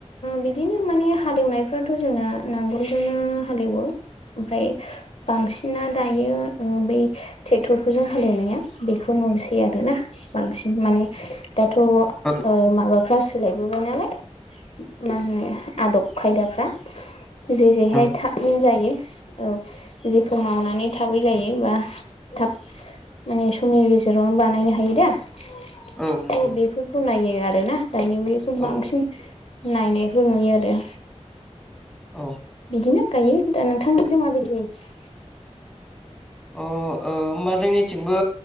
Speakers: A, on the left (about 65°); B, in the centre.
A: बिदिनो माने हाल एवनायफ्राथ' जोंना नांगोलजोंनो हाल एवो ओमफ्राय बांसिना दायो ओ बै ट्रेक्टरफोरजों हाल एवनाया बेखौ नुनोसै आरोना बांसिन माने दाथ' ओ
B: औ
A: माबाफ्रा सोलायबोबाय नालाय मा होनो आदब खायदाफ्रा जे जेहाय
B: नंगौ
A: थाबैनो जायो औ जेखौ मावनानै थाबै जायो बा थाब माने समनि गेजेरावनो बानायनो हायो दा थ'
B: औ नंगौ
A: बेफोर खौ नायो आरोना दानि बेखौ
B: औ
A: बांसिन नायनायखौ नुयो आरो
B: औ
A: बिदिनो गायो दा नोंथांमोनजों माबायदि जायो?
B: अ ओ होमबा जोंनि थिंबो